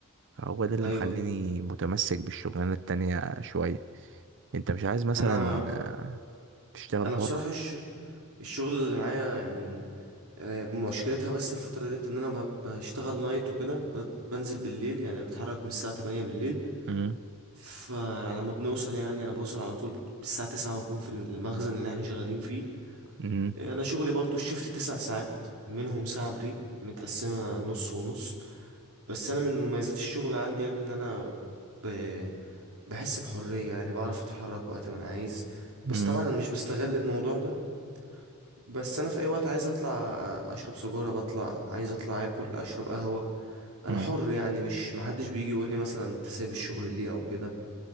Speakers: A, on the right (about 60°); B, on the right (about 80°).
A: هو ده اللي
B: ايوه
A: مخليني متمسك بالشغلانة التانية شوية انت مش عايز مثلا
B: انا
A: آه، تشتغل
B: انا بصراحة
A: حر
B: الش... الشغل اللي معايا يعني آه، مشكلتها بس الفترة ديت ان انا ب- بشتغل نايت وكده ب- بنزل بالليل يعني بتحرك من الساعة 8 بالليل
A: امم
B: فعلى ما بنوصل يعني انا بوصل على طول الساعة 9 بكون في المخزن اللي احنا شغالين فيه
A: امم
B: انا شغلي برضو الشيفت تسع ساعات منهم ساعة بريك متقسمة نص ونص بس انا من مميزات الشغل عندي يعني ان انا ب... بحس بحرية يعني بعرف اتحرك وقت ما انا عايز بس
A: امم
B: طبعا انا مش بستغل الموضوع ده بس انا في اي وقت عايز اطلع اشرب سيجارة بطلع عايز اطلع اكل اشرب قهوة انا
A: امم
B: حر يعني مش محدش بيجي يقول لي مثلا انت سايب الشغل ليه او كده